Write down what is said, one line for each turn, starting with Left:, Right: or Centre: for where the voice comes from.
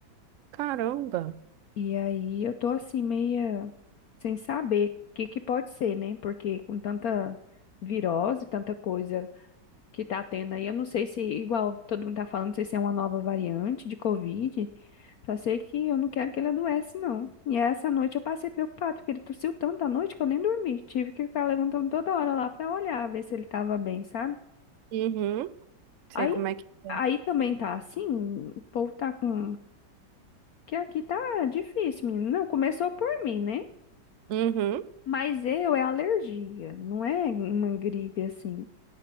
Right: Caramba,
Left: E aí eu tô assim meia sem saber o que que pode ser, né? Porque com tanta virose, tanta coisa que tá tendo aí, eu não sei se, igual todo mundo tá falando, não sei se é uma nova variante de Covid. Só sei que eu não quero que ele adoece, não. E essa noite eu passei preocupado, porque ele tossiu tanto à noite que eu nem dormi. Tive que ficar levantando toda hora lá pra olhar, ver se ele tava bem, sabe?
Right: Uhum. sei
Left: Aí,
Right: como é que é.
Left: aí também tá assim, o povo tá com... Que aqui tá difícil, menino. Não, começou por mim, né?
Right: Uhum.
Left: Mas eu é alergia, não é uma gripe assim.